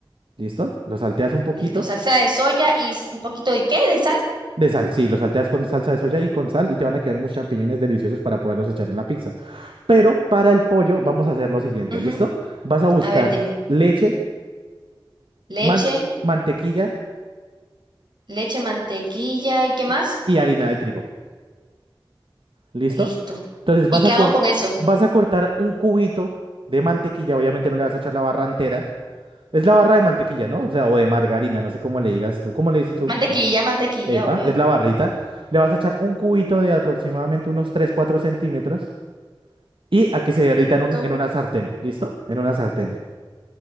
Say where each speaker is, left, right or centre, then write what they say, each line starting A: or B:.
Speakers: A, on the right (about 75°); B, on the right (about 55°).
A: ¿Listo? Lo salteas un poquito
B: Listo, salsa de soya y s- un poquito de qué, de sal.
A: de sal. Sí, lo salteas con salsa de soya y con sal y te van a quedar unos champiñones deliciosos para poderlos echar en la pizza. Pero para el pollo vamos a hacer lo siguiente,
B: Ujú.
A: ¿listo? Vas a buscar
B: A ver, dime.
A: leche,
B: Leche.
A: man- mantequilla
B: Leche, mantequilla y qué más.
A: y, y harina de trigo. ¿Listo?
B: Listo.
A: Entonces
B: ¿Y
A: vas
B: qué
A: a,
B: hago
A: cor-
B: con eso?
A: vas a cortar un cubito de mantequilla. Obviamente no le vas a echar la barra entera. Es la barra de mantequilla, ¿no? O sea, o de margarina, no sé cómo le digas tú. ¿Cómo le dices tú?
B: Mantequilla, mantequilla,
A: epa,
B: obvio.
A: es la barrita, le vas a echar un cubito de aproximadamente unos tres, cuatro centímetros y a que se derrita
B: Listo.
A: en, un- en una sartén, ¿listo? En una sartén.